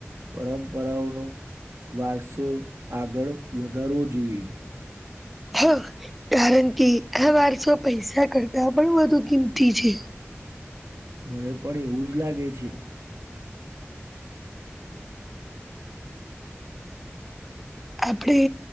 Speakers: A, on the right (about 75°); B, in the centre.
A: પરંપરાઓનો વારસો આગળ વધારવો જોઈએ.
B: હા કારણ કે આ વારસો પૈસા કરતા પણ વધુ કિંમતી છે.
A: મને પણ એવું જ લાગે છે.
B: આપણે